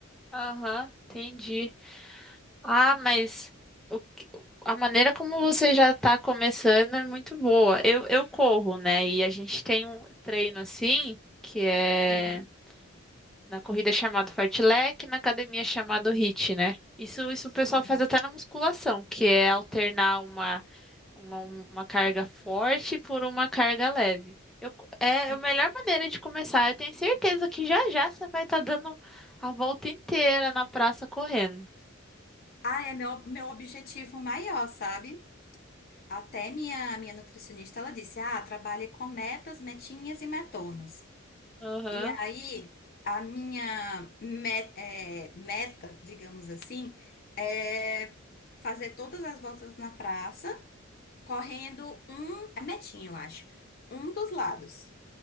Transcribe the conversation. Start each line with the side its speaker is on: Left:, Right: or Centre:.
Centre: Aham, entendi. Ah, mas o que- a maneira como você já tá começando é muito boa. Eu, eu corro, né? E a gente tem um treino assim, que é
Left: Uhum,
Centre: na corrida chamado fartlek, na academia chamado HIIT, né? Isso, isso o pessoal
Left: uhum,
Centre: faz até na musculação, que é alternar uma Uma, uma carga forte por uma carga leve. Eu, é
Left: uhum.
Centre: a melhor maneira de começar. Eu tenho certeza que já já você vai estar dando a volta inteira na praça correndo.
Left: Ah, é meu, meu objetivo maior, sabe? Até minha, minha nutricionista, ela disse, ah, trabalhe com metas, metinhas e metonas.
Centre: Aham.
Left: E aí, a minha me- é, meta, digamos assim, é fazer todas as voltas na praça, correndo um, é metinha, eu acho, um dos lados.